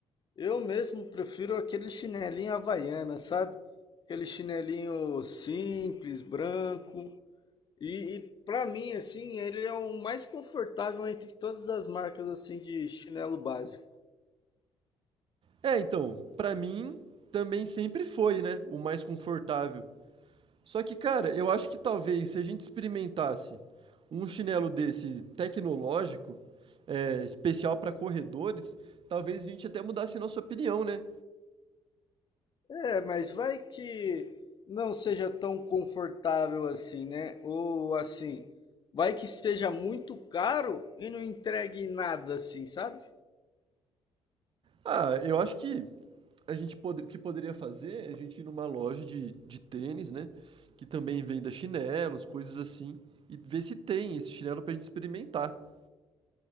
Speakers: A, on the left; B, on the right.
A: Eu mesmo prefiro aquele chinelinho havaiana, sabe? Aquele chinelinho simples, branco. E, e para mim, assim, ele é o mais confortável entre todas as marcas assim de chinelo básico.
B: É, então, pra mim, também sempre foi, né? O mais confortável. Só que, cara, eu acho que talvez se a gente experimentasse um chinelo desse tecnológico, é, especial para corredores, talvez a gente até mudasse nossa opinião, né?
A: É, mas vai que não seja tão confortável assim, né? Ou assim, vai que seja muito caro e não entregue nada assim, sabe?
B: Ah, eu acho que a gente pode, o que poderia fazer é a gente ir numa loja de, de tênis, né? Que também venda chinelos, coisas assim, e ver se tem esse chinelo pra gente experimentar.